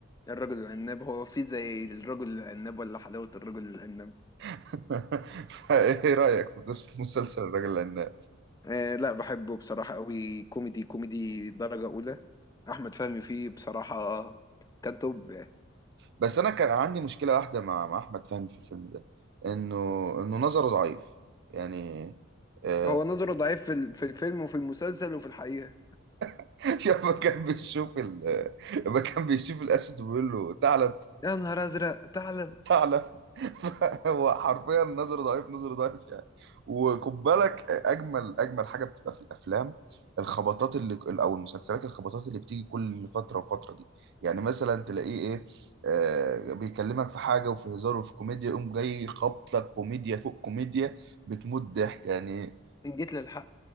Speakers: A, on the left; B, on the right.
A: الرجل العناب هو في زي الرجل العناب ولا حلاوة الرجل العناب
B: <laughs> فإيه رأيك في قصة مسلسل الراجل العناب
A: آه لا بحبه بصراحة قوي كوميدي كوميدي درجة اولى احمد فهمي فيه بصراحة كان توب يعني
B: بس انا كان عندي مشكله واحده مع مع احمد فهمي في الفيلم ده انه انه نظره ضعيف يعني آه،
A: هو نظره ضعيف في ال- في الفيلم وفي المسلسل وفي الحقيقة
B: <laughs> يابا كان بيشوف ال... لما كان بيشوف الاسد ويقول له تعالى
A: يا نهار ازرق تعلم
B: فعلا <laughs> هو حرفيا نظر ضعيف نظر ضعيف يعني وخد بالك اجمل اجمل حاجه بتبقى في الافلام الخبطات اللي او المسلسلات الخبطات اللي بتيجي كل فتره وفتره دي يعني مثلا تلاقيه ايه آه بيكلمك في حاجه وفي هزار وفي كوميديا يقوم جاي خبط لك كوميديا فوق كوميديا بتموت ضحك يعني
A: ان جيت للحق